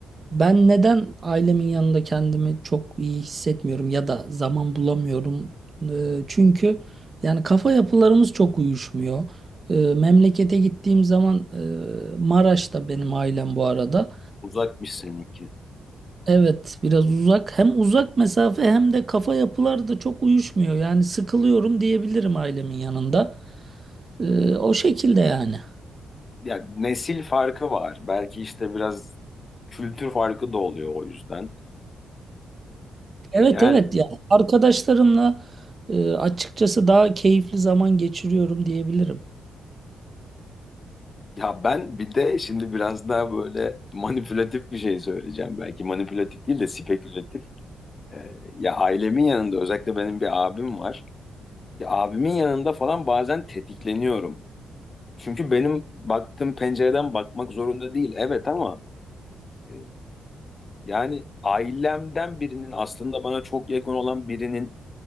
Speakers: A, on the right; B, on the left.
A: Ben neden ailemin yanında kendimi çok iyi hissetmiyorum ya da zaman bulamıyorum? E, çünkü yani kafa yapılarımız çok uyuşmuyor. E, memlekete gittiğim zaman e, Maraş'ta benim ailem bu arada.
B: Uzakmış seninki.
A: Evet, biraz uzak. Hem uzak mesafe hem de kafa yapıları da çok uyuşmuyor. Yani sıkılıyorum diyebilirim ailemin yanında. Ee, o şekilde yani.
B: Ya nesil farkı var. Belki işte biraz kültür farkı da oluyor o yüzden.
A: Evet
B: Yani
A: evet yani arkadaşlarımla e, açıkçası daha keyifli zaman geçiriyorum diyebilirim.
B: ya ben bir de şimdi biraz daha böyle manipülatif bir şey söyleyeceğim. Belki manipülatif değil de spekülatif. Ee, ya ailemin yanında özellikle benim bir abim var. Ya abimin yanında falan bazen tetikleniyorum. Çünkü benim baktığım pencereden bakmak zorunda değil. Evet ama e, yani ailemden birinin aslında bana çok yakın olan birinin